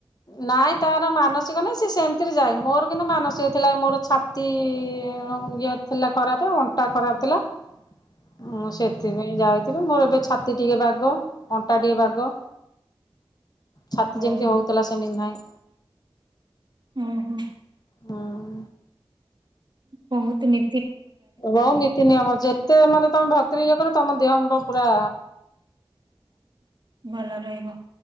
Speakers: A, on the left; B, on the right.
A: ନାଇଁ ତାର ମାନସିକ ନାହିଁ ସେ ସେମିତିରେ ଯାଏ ମୋର କିନ୍ତୁ ମାନସିକ ଥିଲା। ମୋର ଛାତି ଇଏ ଥିଲା ଖରାପ, ଅଣ୍ଟା ଖରାପ ଥିଲା
B: ହଁ
A: ମୁଁ ସେଥିପାଇଁ ଯାଇଥିଲି ମୋର ଏବେ ଛ ଛାତି ଟିକେ ବାଗ, ଅଣ୍ଟା ଟିକେ ବାଗ, ଛାତି
B: ଓହୋ
A: ଯେମତି ହଉ ଆ ସେମି ନାହିଁ।
B: ହୁଁ ହୁଁ।
A: ହଁ।
B: ବହୁତ ନି
A: ବହୁତ ନୀତି ନିୟମ ଅଛି। ଯେତେ ମାନେ ତମେ ଭକ୍ତିରେ ଇଏ କରିବ ତମ ଦେହ ପୁରା
B: ଭଲ ରହିବ।